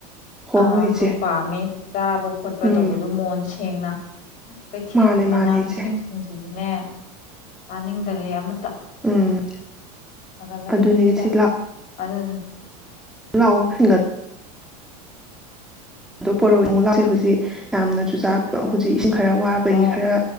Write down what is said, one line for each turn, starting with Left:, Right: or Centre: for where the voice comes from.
Centre: ꯍꯣ
Left: ꯑ
Centre: ꯍꯣꯏ
Left: ꯑꯗꯨ
Centre: ꯏꯆꯦ
Left: ꯄꯥꯝꯃꯦ ꯆꯥꯕ ꯈꯣꯠꯄ
Centre: ꯎꯝ
Left: ꯇꯧꯕꯗꯣ ꯃꯣꯟꯁ ꯁꯦꯡꯅ ꯑꯁ ꯀꯩꯊꯦꯜꯒꯤ
Centre: ꯃꯥꯅꯦ
Left: ꯃꯅꯥ
Centre: ꯃꯥꯅꯦ ꯏꯆꯦ
Left: ꯃꯁꯤꯡꯁꯤꯡꯗꯤ ꯅꯦ ꯆꯥꯅꯤꯡꯗꯔꯦ ꯑꯃ ꯇ
Centre: ꯎꯝ
Left: ꯐꯒꯠꯂꯛꯄꯁꯤꯗ
Centre: ꯑꯗꯨꯅꯦ ꯏꯆꯦ
Left: ꯑꯗꯨ
Centre: ꯂꯥꯛꯑꯣ <unintelligible> ꯑꯗꯣ
Left: ꯎꯝ
Centre: ꯄꯔꯣꯔꯛꯑꯣ ꯏ ꯑꯃꯨꯛ ꯂꯥꯛꯁꯦ ꯍꯧꯖꯤꯛ ꯌꯥꯝꯅ ꯆꯨꯖꯥꯛ ꯍꯧꯖꯤꯛ ꯏꯁꯤꯡ ꯈꯔ ꯋꯥꯕꯒꯤ
Left: ꯑꯧ
Centre: ꯈꯔ